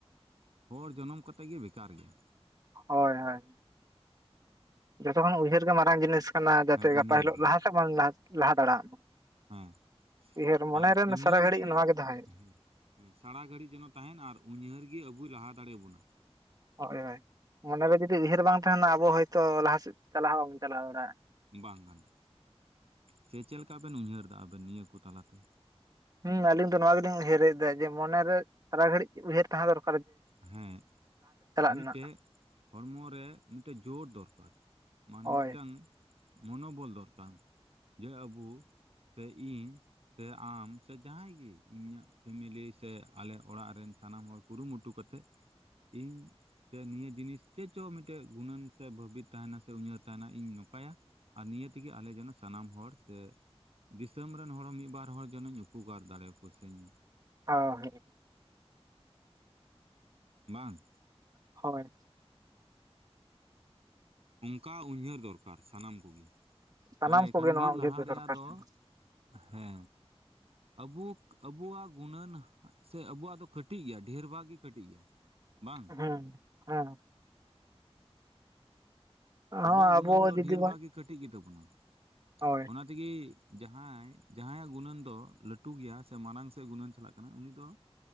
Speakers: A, on the right; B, on the right.
A: ᱦᱚᱲ ᱡᱚᱱᱚᱢ ᱠᱟᱛᱮᱫ ᱜᱮ ᱵᱮᱠᱟᱨ ᱜᱮᱭᱟ᱾
B: ᱦᱳᱭ ᱦᱳᱭ᱾ ᱡᱚᱛᱚ ᱠᱷᱚᱱ ᱩᱭᱦᱟᱹᱨ ᱜᱮ ᱢᱟᱨᱟᱝ ᱡᱤᱱᱤᱥ ᱠᱟᱱᱟ ᱡᱟᱛᱮ
A: ᱦᱮᱸ
B: ᱜᱟᱯᱟ
A: ᱩᱭᱦᱟᱹᱨ
B: ᱦᱤᱞᱳᱜ
A: ᱜᱮ
B: ᱞᱟᱦᱟ ᱥᱮᱫ ᱵᱚᱱ ᱞᱟᱦᱟ ᱫᱟᱲᱮᱭᱟᱜ ᱢᱟ᱾
A: ᱦᱮᱸ
B: ᱩᱭᱦᱟᱹᱨ ᱢᱚᱱᱮ
A: ᱟᱨ
B: ᱨᱮ
A: ᱩᱭᱦᱟᱹᱨ
B: ᱥᱟᱨᱟ ᱜᱷᱟᱹᱲᱤᱡ ᱱᱚᱣᱟ ᱜᱮ ᱛᱟᱦᱮᱱᱟ᱾
A: ᱦᱮᱸ ᱥᱟᱨᱟ ᱜᱷᱟᱹᱲᱤᱡ ᱡᱮᱱᱚ ᱛᱟᱦᱮᱱ ᱟᱨ ᱩᱭᱦᱟᱹᱨ ᱜᱮ ᱟᱵᱚᱭ ᱞᱟᱦᱟ ᱫᱟᱲᱮᱭᱟᱵᱚᱱᱟ
B: ᱦᱳᱭ ᱦᱳᱭ ᱢᱚᱱᱮᱨᱮ ᱡᱩᱫᱤ ᱩᱭᱷᱟᱹᱨ ᱵᱟᱝ ᱛᱟᱦᱮᱱᱟ ᱟᱵᱚ ᱦᱚᱭᱛᱳ ᱞᱟᱦᱟ ᱥᱮᱫ ᱪᱟᱞᱟᱣ ᱦᱚᱸ ᱵᱟᱵᱚᱱ ᱪᱟᱞᱟᱣ ᱫᱟᱲᱮᱭᱟᱜ-ᱟ
A: ᱵᱟᱝ ᱜᱟᱱᱚᱜ-ᱟ ᱥᱮ ᱪᱮᱫ ᱞᱮᱠᱟ ᱵᱮᱱ ᱩᱭᱦᱟᱹᱨ ᱮᱫᱟ ᱟᱵᱮᱱ ᱱᱤᱭᱟᱹ ᱠᱚ ᱛᱟᱞᱟ ᱛᱮ
B: ᱦᱩᱸ ᱟᱞᱤᱧ ᱫᱚ ᱱᱚᱣᱟ ᱜᱮᱞᱤᱧ ᱩᱭᱦᱟᱹᱨ ᱮᱫ ᱛᱟᱦᱮᱫ ᱡᱮ ᱢᱚᱱᱮ ᱨᱮ ᱥᱟᱨᱟ ᱜᱷᱟᱹᱲᱤᱡ ᱩᱭᱦᱟᱹᱨ ᱛᱟᱦᱮᱸ ᱫᱚᱨᱠ
A: ᱦᱮᱸ ᱢᱤᱫᱴᱮᱜ
B: ᱨᱮᱱᱟᱜ
A: ᱦᱚᱲᱢᱚ ᱨᱮ ᱢᱤᱫᱴᱟᱹᱡ ᱡᱳᱨ ᱫᱚᱨᱠᱟᱨ ᱢᱟᱱᱮ
B: ᱦᱳᱭ
A: ᱢᱤᱫᱴᱟᱝ ᱢᱚᱱᱳᱚᱵᱚᱞ ᱫᱚᱨᱠᱟᱨ ᱡᱮ ᱟᱵᱩ ᱥᱮ ᱤᱧ ᱥᱮ ᱟᱢ ᱥᱮ ᱡᱟᱦᱟᱸᱭ ᱜᱮ ᱤᱧᱟᱹᱜ ᱯᱷᱮᱢᱤᱞᱤ ᱥᱮ ᱟᱞᱮ ᱚᱲᱟᱜ ᱨᱮᱱ ᱥᱟᱱᱟᱢ ᱦᱚᱲ ᱠᱩᱨᱩᱢᱩᱴᱩ ᱠᱟ ᱛᱮᱜ ᱤᱧ ᱥᱮ ᱱᱤᱭᱟᱹ ᱡᱤᱱᱤᱥ ᱪᱮᱫ ᱪᱚᱝ ᱢᱤᱫᱴᱮᱜ ᱜᱩᱱᱟᱹᱱ ᱥᱮ ᱵᱷᱟᱹᱵᱤ ᱛᱟᱦᱮᱱᱟ ᱥᱮ ᱩᱭᱦᱟᱹᱨ ᱛᱟᱦᱮᱱᱟ ᱤᱧ ᱱᱚᱝᱠᱟᱭᱟ ᱟᱨ ᱱᱤᱭᱟᱹ ᱛᱮᱜᱮ ᱟᱞᱮ ᱡᱮᱱᱚ ᱥᱟᱱᱟᱢ ᱦᱚᱲ ᱥᱮ ᱫᱤᱥᱟᱹᱢ ᱨᱮᱱ ᱦᱚᱲ ᱢᱤᱜ ᱵᱟᱨ ᱦᱚᱲ ᱡᱮᱱᱮᱧ ᱩᱯᱚᱠᱟᱨ ᱫᱟᱲᱮ ᱟᱠᱚ ᱥᱮᱧ
B: ᱟ ᱦᱮ
A: ᱵᱟᱝ
B: ᱦᱚᱭ
A: ᱚᱝᱠᱟ ᱩᱭᱦᱟᱹᱨ ᱫᱚᱨᱠᱟᱨ ᱥᱟᱱᱟᱢ ᱠᱚᱜᱮ ᱛᱟᱦᱞᱮ
B: ᱥᱟᱱᱟᱢ
A: ᱮᱱ
B: ᱠᱚᱜᱮ
A: ᱠᱷᱟᱱ
B: ᱱᱚᱣᱟ
A: ᱜᱮ ᱞᱟᱦᱟ
B: ᱩᱭᱦᱟᱹᱨ
A: ᱨᱮᱭᱟᱜ
B: ᱫᱚᱨᱠᱟᱨ
A: ᱫᱚ
B: ᱠᱟᱱᱟ
A: ᱦᱮ ᱟᱵᱩ ᱟᱵᱩᱣᱟᱜ ᱜᱩᱱᱟᱹᱱ ᱥᱮ ᱟᱵᱩᱣᱟᱜ ᱫᱚ ᱠᱟᱹᱴᱤᱜ ᱜᱮᱭᱟ ᱰᱷᱮᱨ ᱵᱷᱟᱜ ᱜᱮ ᱠᱟᱹᱴᱤᱜ ᱜᱮᱭᱟ᱾ ᱵᱟᱝ
B: ᱦᱮᱸ ᱦᱮᱸ ᱦᱚᱸ
A: ᱟᱵᱚᱣᱟᱜ ᱜᱩᱱᱟᱹᱱ
B: ᱟᱵᱚ
A: ᱫᱚ
B: ᱡᱩᱫᱤ
A: ᱰᱷᱮᱨ
B: ᱵᱚᱱ
A: ᱵᱟᱷᱟᱜᱽ ᱜᱮ ᱠᱟᱹᱴᱤᱜ ᱜᱮ ᱛᱟᱵᱚᱱᱟ
B: ᱦᱳᱭ
A: ᱚᱱᱟ ᱛᱮᱜᱮ ᱡᱟᱦᱟᱸᱭ ᱡᱟᱦᱟᱸᱭ ᱟᱜ ᱜᱩᱱᱟᱹᱱ ᱫᱚ ᱞᱟᱹᱴᱩ ᱜᱮᱭᱟ ᱥᱮ ᱢᱟᱲᱟᱝ ᱥᱮᱜ ᱜᱩᱱᱟᱹᱱ ᱪᱟᱞᱟᱜ ᱠᱟᱱᱟ ᱩᱱᱤ ᱫᱚ